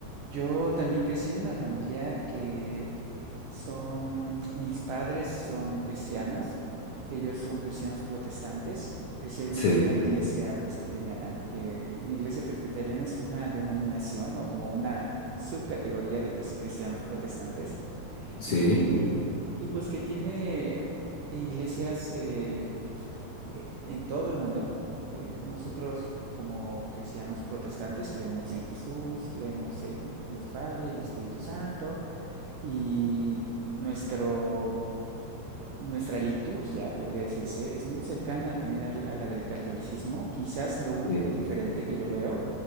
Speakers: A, on the right; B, on the left.
A: yo también crecí en una familia que eh, son, mis padres son cristianos, ellos son cristianos protestantes, crecieron
B: Sí,
A: en una iglesia presbiteriana, que una iglesia presbiteriana es una denominación o como una subcategoría de los cristianos protestantes,
B: sí,
A: y, y pues que tiene iglesias, eh, eh, en todo el mundo. Eh, nosotros eh, como cristianos protestantes creemos en Jesús, creemos en Dios Padre y Espíritu Santo y nuestro nuestra liturgia, podría decirse, es muy cercana también al- a, la del catolicismo. Quizás lo único
B: sí,
A: diferente que yo veo